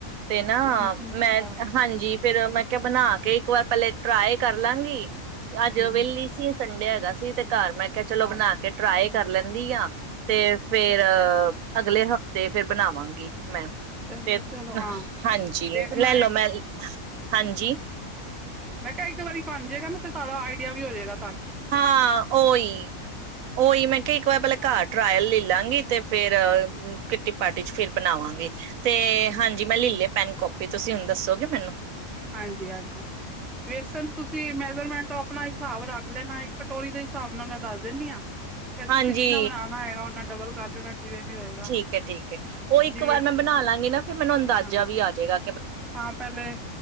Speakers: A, on the right; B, in the centre.
A: ਤੇ ਨਾ
B: ਚਲੋ ਚਲੋ
A: ਮੈਂ
B: ਹਾਂ
A: ਹਾਂਜੀ ਫਿਰ ਮੈਂ ਕੇ ਬਣਾ ਕੇ ਇੱਕ ਵਾਰ ਪਹਿਲੇ ਟਰਾਏ ਕਰ ਲਾਂਗੀ। ਅੱਜ
B: ਹਮ
A: ਵੇਹਲੀ ਸੀ ਸੰਡੇ ਹੈਗਾ ਸੀ ਸੀ ਤੇ ਘਰ ਮੈਂ ਕਿਹਾ ਚਲੋ ਬਣਾ ਕੇ ਟਰਾਈ ਕਰ ਲੈਂਦੀ ਆ। ਤੇ ਫੇਰ ਅਗਲੇ ਹਫ਼ਤੇ ਫੇਰ ਬਣਾਵਾਂਗੀ। ਮੈਂ
B: ਚਲੋ
A: ਤੇ
B: ਚਲੋ ਹਾਂ
A: ਹਾਂਜੀ
B: ਦੇਖਣਾ
A: ਲੈ ਲੋ
B: ਇੱਕ
A: ਮੈਂ ਹਾਂਜੀ।
B: ਮੈਂ ਕਿਹਾ ਇੱਕ ਵਾਰੀ ਬਨ ਜਾਏਗਾ ਨਾ ਤੇ <unintelligible> ਆਈਡੀਆ ਵੀ ਹੋ ਜਾਇਗਾ।
A: ਹਾਂ ਓਹੀ ਓਹੀ ਮੈਂ ਕਿਹਾ ਇੱਕ ਵਾਰ ਪਹਿਲੇ
B: ਹਾਂ
A: ਘਰ ਟਰਾਇਲ ਲੈ ਲਾਂਗੇ। ਤੇ ਫੇਰ ਕਿੱਟੀ ਪਾਰਟੀ ਚ ਫੇਰ ਬਨਾਵਾਂਗੇ। ਤੇ ਹਾਂਜੀ ਮੈਂ ਲੈ ਲਿਆ ਪੈਨ ਕੋਪੀ ਵੀ ਤੁਸੀਂ ਹੁਣ ਦੱਸੋਗੇ ਮੈਨੂੰ
B: ਹਾਂਜੀ ਹਾਂਜੀ ਵੇਸਨ ਤੁਸੀਂ ਮੈਜਰਮੈਂਟ ਉਹ ਆਪਣਾ ਹਿਸਾਬ ਰੱਖ ਲੈਣਾ ਇੱਕ ਕਟੋਰੀ ਦੇ ਹਿਸਾਬ ਨਾਲ ਮੈਂ ਦੱਸ ਦਿੰਦੀ ਹਾਂ ਫੇਰ ਤੁਸੀਂ
A: ਹਾਂਜੀ
B: ਜਿੰਨਾ ਬਨਾਉਣਾ ਹੋਏਗਾ ਉਹਨਾਂ ਡਬਲ ਕਰ ਦੇਣਾ ਜਿਵੇਂ ਵੀ ਹੋਏਗਾ
A: ਠੀਕ ਹੈ ਠੀਕ ਹੈ ਉਹ ਇੱਕ
B: ਜਿਵੇਂ
A: ਵਾਰ ਮੈਂ ਬਣਾ ਲਾਂਗੀ ਨਾ ਫੇਰ ਮੈਨੂੰ ਅੰਦਾਜ਼ਾ
B: ਹਾਂ
A: ਵੀ ਆ ਜੇਗਾ
B: ਹਾਂ ਪਹਿਲੇ